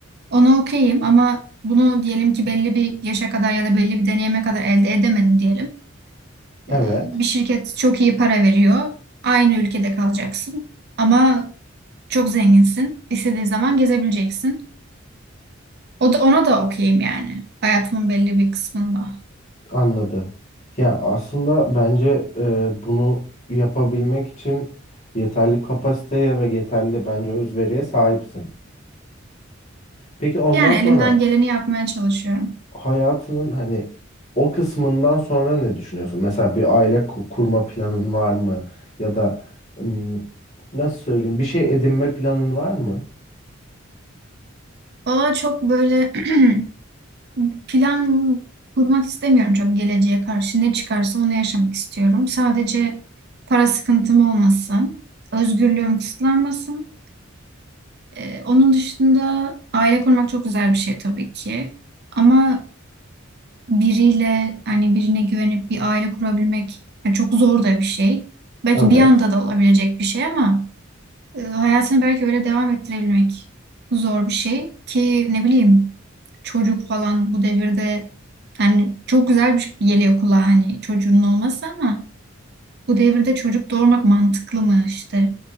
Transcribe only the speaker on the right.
ona okeyim ama bunu diyelim ki belli bir yaşa kadar ya da belli bir deneyime kadar elde edemedim diyelim. E,
bir şirket çok iyi para veriyor. Aynı ülkede kalacaksın ama çok zenginsin. İstediğin zaman gezebileceksin. O da, ona da okeyim yani. Hayatımın belli bir kısmında.
Yani
elimden geleni yapmaya çalışıyorum.
Valla çok böyle <clears throat> plan kurmak istemiyorum çok geleceğe karşı. Ne çıkarsa onu yaşamak istiyorum. Sadece para sıkıntım olmasın. Özgürlüğüm kısıtlanmasın. Ee, onun dışında aile kurmak çok güzel bir şey tabii ki. Ama biriyle hani birine güvenip bir aile kurabilmek yani çok zor da bir şey. Belki
bir anda da olabilecek bir şey ama E, hayatını belki öyle devam ettirebilmek zor bir şey ki ne bileyim çocuk falan bu devirde hani çok güzel bir şey geliyor kulağa hani çocuğunun olması ama bu devirde çocuk doğurmak mantıklı mı işte